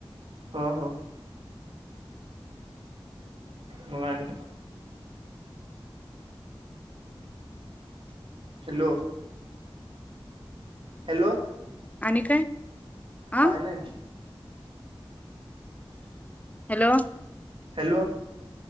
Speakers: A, on the right; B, on the left.
A: ह ह मग आनी हॅलो हॅलो
B: आणि काय आ
A: काय नाय.
B: हॅलो
A: हॅलो